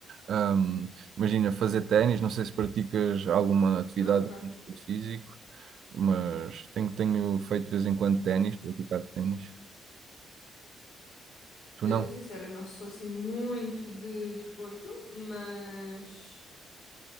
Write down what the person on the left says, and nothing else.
Ah, ok.
Olha,
Eu sou sincera, eu não sou assim muito de desporto, mas